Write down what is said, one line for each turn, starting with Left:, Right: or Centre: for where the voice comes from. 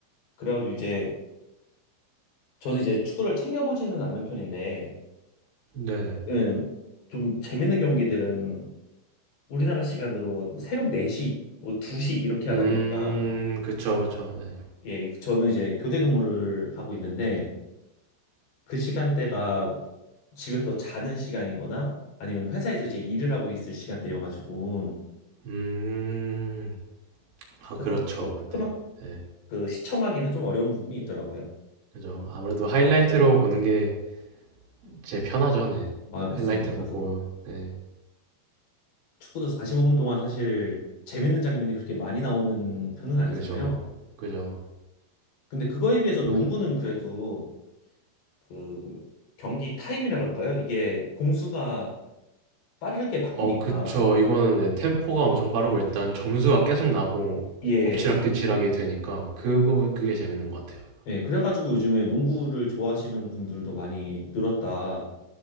Left: 그래가지고 이제, 저는 이제 축구를 챙겨보지는 않는 편인데,
Right: 네.
Left: 음, 좀 재밌는 경기들은 우리나라 시간으로 뭐 새벽 4시, 뭐 2시 이렇게
Right: 음,
Left: 하다 보니까,
Right: 그쵸, 그쵸. 네.
Left: 예, 저는 이제 교대 근무를 하고 있는데 그 시간대가 집에서 자는 시간이거나 아니면 회사에서 이제 일을 하고 있을 시간대여가지고
Right: 음, 아,
Left: 그래서
Right: 그렇죠.
Left: 조금
Right: 그때. 네,
Left: 그 시청하기는 좀 어려운 부분이 있더라고요.
Right: 그죠. 아무래도 하이라이트로 보는 게 제일 편하죠. 네,
Left: 아, 맞습니다.
Right: 하이라이트
Left: 그래서
Right: 보고. 네.
Left: 축구도 45분 동안 사실 재밌는 장면이 그렇게 많이 나오는 편은 아니잖아요.
Right: 그죠. 그죠.
Left: 근데 그거에 비해서 농구는
Right: 그-
Left: 그래도 그 경기 타임이라 그럴까요? 이게 공수가 빠르게 바뀌니까
Right: 어, 그쵸. 이거는 네, 템포가 엄청 빠르고 일단 점수가 계속 나고
Left: 예.
Right: 엎치락뒤치락이 되니까 그거 그게 재밌는 것 같아요.
Left: 예, 그래가지고 요즘에 농구를 좋아하시는 분들도 많이 늘었다,